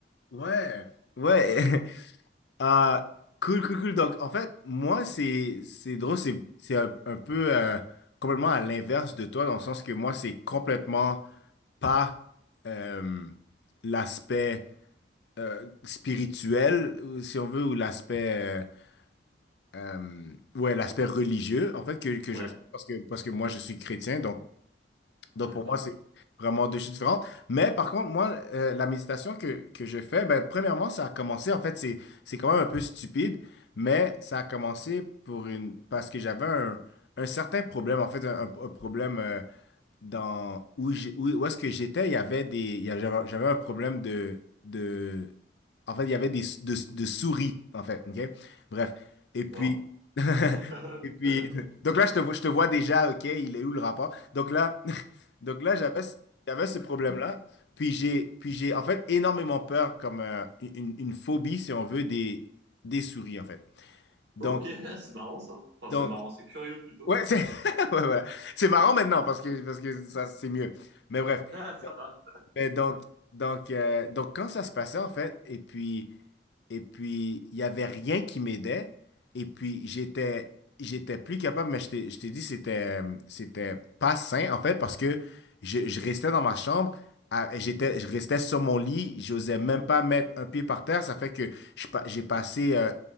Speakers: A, on the left; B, on the right.
A: ouais, ouais. <laughs> Ah, cool, cool, cool. Donc, en fait, moi, c'est c'est drôle, c'est c'est un, un peu euh, complètement à l'inverse de toi, dans le sens que moi, c'est complètement pas euh, l'aspect euh, spirituel, ou si on veut, ou l'aspect euh, euh, ouais, l'aspect religieux, en fait, que, que
B: Ouais,
A: je parce que parce que moi, je suis chrétien, donc Donc
B: d'accord,
A: pour moi, c'est vraiment deux choses différentes. Mais par contre, moi, euh, la méditation que, que je fais, ben, premièrement, ça a commencé, en fait, c'est, c'est quand même un peu stupide, mais ça a commencé pour une, parce que j'avais un, un certain problème, en fait, un, un- un problème euh, dans où j'ai- où, où est-ce que j'étais, il y avait des il y avait- j'avais j'avais un problème de de en fait, il y avait des de, de souris en fait, OK? Bref, et puis
B: d'accord.
A: <laughs>
B: <laughs>
A: et puis donc là je te vois je te vois déjà, OK, il est où le rapport? Donc là <laughs> donc là j'avais ce- j'avais ce problème-là, puis j'ai puis j'ai en fait énormément peur comme euh, une, une phobie si on veut des des souris en fait. Donc
B: Ok, <laughs> c'est marrant ça. Enfin,
A: donc
B: c'est marrant, c'est curieux plutôt.
A: ouais, c'est <laughs> ouais, voilà. C'est marrant maintenant parce que parce que ça c'est mieux. Mais bref.
B: Ah, ça va.
A: Mais donc, donc, euh, donc, quand ça se passait, en fait, et puis, et puis, il n'y avait rien qui m'aidait. Et puis, j'étais, j'étais plus capable, mais je t'ai je t'ai dit, c'était, euh, c'était pas sain, en fait, parce que je, je restais dans ma chambre, à- j'étais, je restais sur mon lit, j'osais même pas mettre un pied par terre. Ça fait que je pa- j'ai passé euh,